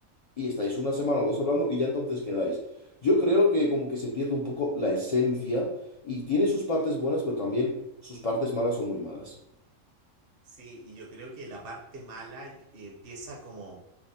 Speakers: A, on the left; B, on the right.
A: y estáis una semana o dos hablando y ya entonces quedáis. Yo creo que como que se pierde un poco la esencia y tiene sus partes buenas, pero también sus partes malas son muy malas.
B: Sí, y yo creo que la parte mala eh, empieza como,